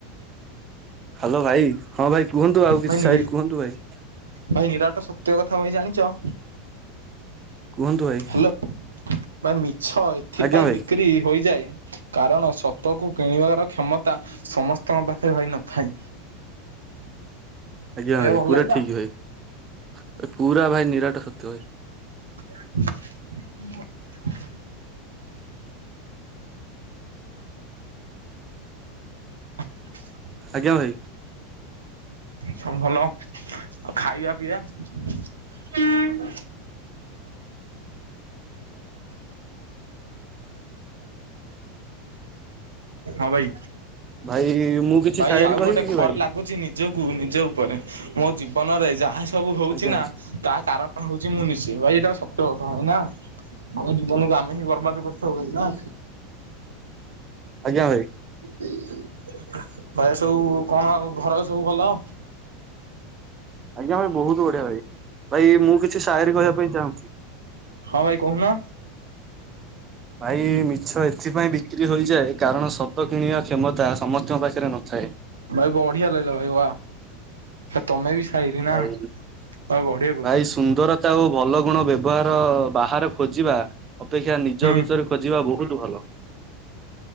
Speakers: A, on the right; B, on the right.
A: ହ୍ୟାଲୋ ଭାଇ ହଁ ଭାଇ କୁହନ୍ତୁ ଆଉ
B: ଭାଇ
A: କିଛି ସାଏରି କୁହନ୍ତୁ ଭାଇ
B: ଭାଇ ନିରାଟ ସତ୍ୟ କଥା ଭାଇ ଜାଣିଛ।
A: କୁହନ୍ତୁ ଭାଇ
B: ହ୍ୟାଲୋ ଭାଇ ମିଛ ଏଥିପାଇଁ
A: ଆଜ୍ଞା ଭାଇ
B: ବିକ୍ରି ହୋଇଯାଏ। କାରଣ ସ ତ କୁ କିଣିବାର କ୍ଷମତା ସମସ୍ତ ତମ ପାଖରେ ଭାଇ ନଥାଏ।
A: ଆଜ୍ଞା ଭାଇ
B: ଭଲ
A: ପୁରା
B: ଲାଗିଲା
A: ଠିକ୍, ଭାଇ ପୁରା ଭାଇ ନିରାଟା ସତ୍ୟ ହୁଏ।
B: <inaudible> <inaudible>
A: ଆଜ୍ଞା ଭାଇ।
B: ସବୁ ଭଲ ଆଉ ଖାଇବା ପିଇବା। ହଁ ଭାଇ
A: ଭାଇ ମୁଁ କିଛି
B: ଭାଇ
A: ସାଏରୀ
B: ଆଉ
A: କହିବି
B: ଗୋଟେ
A: କି
B: ଖର
A: ଭାଇ?
B: ଲାଗୁଚିନି। ନିଜକୁ ନିଜ ଉପରେ ମୋ ଜୀବନରେ ଯାହା ସବୁ ହୋଉଚି
A: ଆଜ୍ଞା
B: ନା
A: ଭାଇ
B: ତା କାରଣ ହୋଉଚି ମୁଁ ନିଜେ। ସେ ଭାଇ ଏଇଟା ସତ୍ୟ କଥା ନାଁ ଆମ ଜୀବନକୁ ଆମେ ହିଁ ବର୍ବାଦ କରିଥାଉ ଭାଇ ନାଁ।
A: ଆଜ୍ଞା ଭାଇ।
B: କହିବା ସବୁ କଣ ଆଉ ଘର ସବୁ ଭଲ?
A: ଆଜ୍ଞା ଭାଇ ବହୁତ୍ ବଢିଆ ଭାଇ। ଭାଇ ମୁଁ କିଛି ସାଏରି କହିବା ପାଇଁ ଚାହୁଁଛି।
B: ହଁ ଭାଇ କହୁନ।
A: ଭାଇ ମିଛ ଏଥିପାଇଁ ବିକ୍ରି ହୋଇଯାଏ କାରଣ ସତ କିଣିବା କ୍ଷମତା ସମସ୍ତଙ୍କ ପାଖରେ ନଥାଏ।
B: ଭାଇ ବଢିଆ ଲାଗିଲା ଭାଇ ବା। ତମେ ବି ସାଇରି
A: ଭାଇ
B: ନା ତମେ ବଢଆ କହୁଛ।
A: ଭାଇ ସୁନ୍ଦରତା ଓ ଭଲ ଗୁଣ ବ୍ୟବହାର ବାହାରେ ଖୋଜିବା ଅପେକ୍ଷା
B: ହୁଁ
A: ନିଜ ଭିତରେ ଯିବା ବହୁତ୍ ଭଲ।